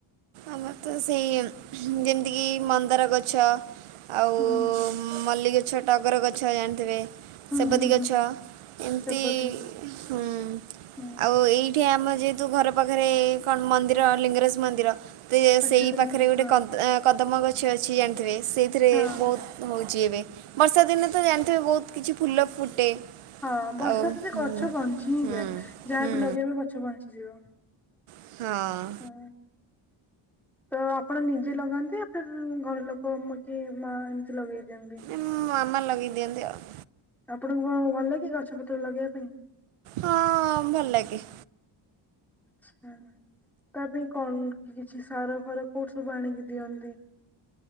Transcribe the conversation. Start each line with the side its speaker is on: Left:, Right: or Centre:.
Right: ଆମର ତ ସେଇ ଯେମିତିକି ମନ୍ଦାର ଗଛ ଆଉ
Centre: ହୁଁ
Right: ମଲ୍ଲୀ ଗଛ, ଟଗର ଗଛ, ଜାଣିଥିବେ।
Centre: ହୁଁ
Right: ସେବତୀ
Centre: ହୁଁ
Right: ଗଛ
Centre: ହୁଁ
Right: ଏମିତି
Centre: ସେବତୀ
Right: ହୁଁ
Centre: ହୁଁ
Right: ଆଉ ଏଇଠି ଆମ ଯେହେତୁ ଘର ପାଖରେ କଣ ମନ୍ଦିର ଲିଙ୍ଗରାଜ ମନ୍ଦିର। ତେ
Centre: ପାଚଲିଙ୍ଗମ
Right: ସେଇ ପାଖରେ ଗୋଟେ
Centre: ହଁ
Right: କଦ ଆ କଦମ୍ବ ଗଛ ଅଛି ଜାଣିଥିବେ, ସେଇଥିରେ
Centre: ହଁ।
Right: ବହୁତ୍ ହଉଛି ଏବେ ବର୍ଷା ଦିନେ ତ ଜାଣିଥିବେ ବହୁତ କିଛି ଫୁଲ ଫୁଟେ।
Centre: ହଁ ବର୍ଷା
Right: ଆଉ
Centre: ଦିନେ
Right: ହୁଁ
Centre: ଗଛ ବଞ୍ଚି ହିଁ
Right: ହୁଁ
Centre: ଯାଏ ଯାହା
Right: ହୁଁ
Centre: ବିି ଲଗେଇବେ ଗଛ ବଞ୍ଚିଯିବ।
Right: ହଁ।
Centre: ହଁ ତ ଆପଣ ନିଜେ ଲଗାନ୍ତି ଆ? ଘର ଲୋକ ମତେ ମା ଏମିତି ଲଗେଇ ଦିଅନ୍ତି।
Right: ଉଁ ମାମା ଲଗେଇ ଦିଅନ୍ତି ଆଉ।
Centre: ଆପଣଙ୍କୁ ଭଲ ଲାଗେ ଗଛ ପତ୍ର ଲଗେଇବା ପାଇଁ?
Right: ହଁ ଭଲ ଲାଗେ।
Centre: <unintelligible> ତା ପାଇଁ କଣ କି କିଛି ସାର ଫାର କୋଉଠୁ ସବୁ ଆଣିକି ଦିଅନ୍ତି?